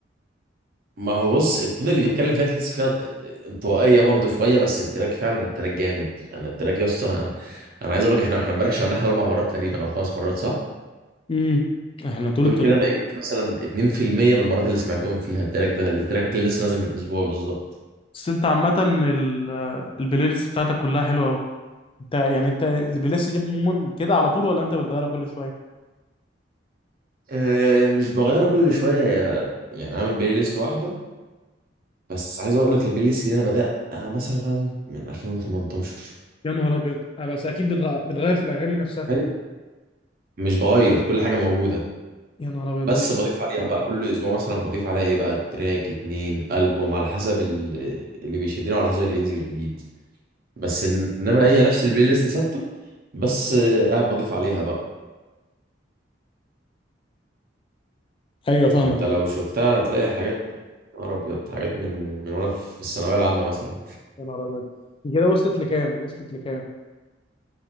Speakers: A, on the right; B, on the left.
A: ما هو بص التون اللي بيتكلم فيها تحس فيها انطوائية برضه شوية بس التراك فعلا التراك جامد انا التراك يا اسطى انا انا عايز اقول لك احنا احنا امبارح شغلناه حوالي اربع مرات تقريبا او خمس مرات صح؟
B: امم احنا طول
A: دول
B: الطريق
A: كده ما يجيش مثلا 2% من المرات اللي سمعتهم فيها التراك ده التراك اللي لسه نازل من اسبوع بالظبط
B: بس انت عامه ال- البلاي ليست بتاعتك كلها حلوه قوي انت يعني انت البلاي ليست دي عموما كده على طول ولا انت بتغيرها كل شويه
A: آه، مش بغيرها كل شويه يا- يعني عامل بلاي ليست واحده بس عايز اقول لك البلاي ليست دي انا بدأها مثلا من 2018
B: يا نهار ابيض آه، بس اكيد بتغ- بتغير في الاغاني نفسها
A: أيوة. مش بغير كل حاجة موجودة
B: يا نهار ابيض
A: بس
B: دي
A: بضيف عليها بقى كل اسبوع مثلا بضيف عليها ايه بقى تراك اتنين ألبوم على حسب ال- اللي بيشدني وعلى حسب اللي بينزل جديد بس إن- انما هي نفس البلاي ليست ثابتة بس آه، قاعد بضيف عليها بقى
B: ايوه فاهمك
A: انت لو شفتها هتلاقي حاجات يا نهار ابيض حاجات من من وانا في الثانوية العامة مثلا
B: يا نهار ابيض دي كده وصلت لكام وصلت لكام